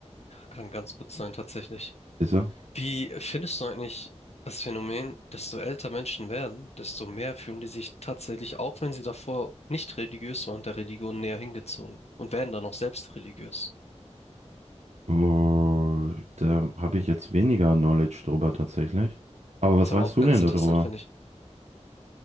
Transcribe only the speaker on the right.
Ist so
Boah, Da habe ich jetzt weniger Knowledge drüber tatsächlich. Aber was
weißt
du denn
darüber?